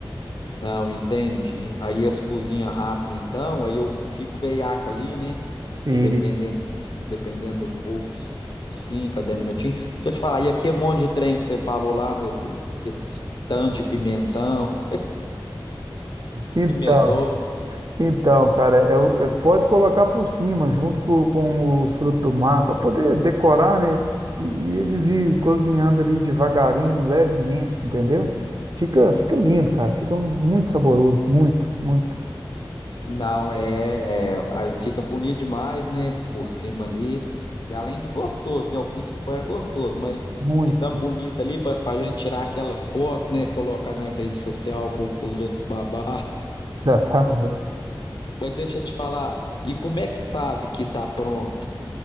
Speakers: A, on the left; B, on the right.
A: Não, entendi. Aí as cozinha rápido, então, aí eu fico veiaca ali, né?
B: E,
A: Que dependendo, dependendo do fogo, 5 a 10 minutinhos. Deixa eu te falar, e aqui é um monte de trem que você falou lá, meu filho. Aqui é tanto de pimentão, <laughs>
B: então,
A: pimentão.
B: então, cara, é, o- é- pode colocar por cima, junto com, com os frutos do mar, para poder decorar, né? E, e eles ir cozinhando ali devagarinho, levemente, entendeu? Fica, fica lindo, cara. Fica muito saboroso. Muito, muito.
A: Não, é, é- Aí fica bonito demais, né? Por cima ali. E além de gostoso, né? O principal é gostoso, mas
B: Muito.
A: ficamos bonito ali pra, pra gente tirar aquela foto, né? Colocar nas redes sociais pro, pros outros babar.
B: Exatamente.
A: Mas deixa eu te falar, e como é que sabe que tá pronto?